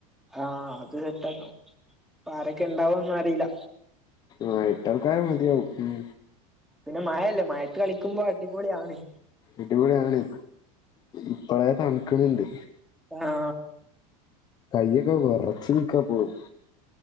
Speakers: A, in the centre; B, on the left.
A: ആഹ് അത് സെറ്റ് ആക്കാം. ആരൊക്കെ ഉണ്ടാവോന്ന് അറിയില്ല.
B: ആ ഏട്ടാൾക്കാര് മതിയാവും. ഉം
A: പിന്നെ മഴയല്ലേ മഴയത്ത് കളിക്കുമ്പോ അടിപൊളിണ്.
B: അടിപൊളിയാണ്. ഇപ്പളേ തണുക്കണുണ്ട്.
A: അ ആ
B: കയ്യൊക്കെ വിറച്ച് നിക്കാ ഇപ്പോഴും.